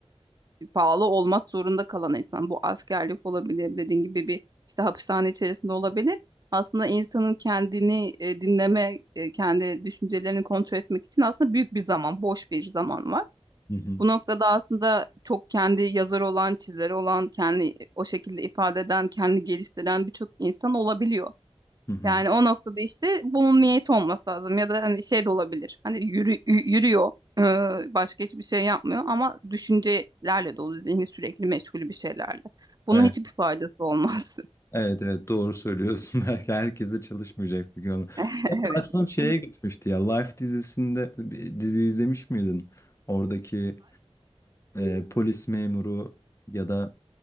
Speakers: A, on the right; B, on the left.
A: e, bağlı olmak zorunda kalan insan bu askerlik olabilir dediğin gibi bir işte hapishane içerisinde olabilir. Aslında insanın kendini e, dinleme, e, kendi düşüncelerini kontrol etmek için aslında büyük bir zaman, boş bir zaman var.
B: Hı hı,
A: Bu noktada aslında çok kendi yazarı olan, çizeri olan, kendi o şekilde ifade eden, kendi geliştiren birçok insan olabiliyor.
B: hı hı.
A: Yani o noktada işte bunun niyeti olması lazım ya da hani şey de olabilir. Hani yürü, y- yürüyor, e, başka hiçbir şey yapmıyor ama düşüncelerle dolu, zihni sürekli meşgul bir şeylerle. Bunun
B: Evet,
A: hiçbir faydası olmaz.
B: evet, evet doğru söylüyorsun. <laughs> Belki herkes de çalışmayacak bir gün.
A: <laughs>
B: Ya da
A: Evet.
B: aklım
A: kesin.
B: şeye gitmişti ya. Life dizisinde bir dizi izlemiş miydin? Oradaki e, polis memuru ya da